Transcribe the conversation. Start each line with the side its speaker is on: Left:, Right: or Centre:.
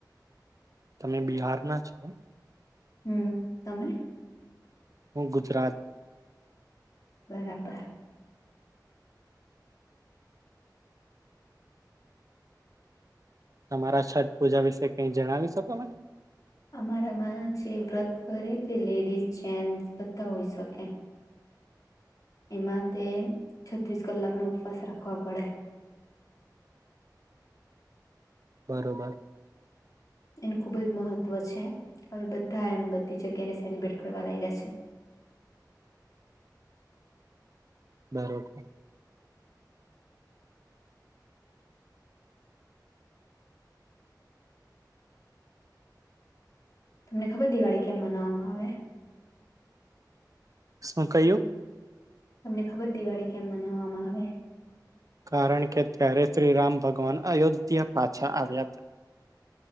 Right: તમે બિહાર ના છો
Left: હમ તમે
Right: હું ગુજરાત
Left: બરાબર
Right: તમારા છઠ પૂજા વિશે કઈ જણાવી શકો મને
Left: અમારામાં જે વ્રત કરે તે લેડીસ જેન્ટસ બધા હોય શકે એમાં તે છત્રીસ કલાકનોો ઉપવાસ રાખવ પડે
Right: બરોબર
Left: એનું ખુબ જ મહત્વ છે હવે બધા એમ બધી જગ્યાને સેલિબ્રેટ કરવા લાગ્યા છે
Right: બરોબર
Left: તમને ખબર દિવાળી કેમ મનાવામાં આવે
Right: શું કયું
Left: તમને ખબર દિવાળી કેમ મનાવવામાં આવે
Right: કારણ કે ત્યારે શ્રીરામ ભગવાન અયોધ્યા પાછા આવ્યા હતા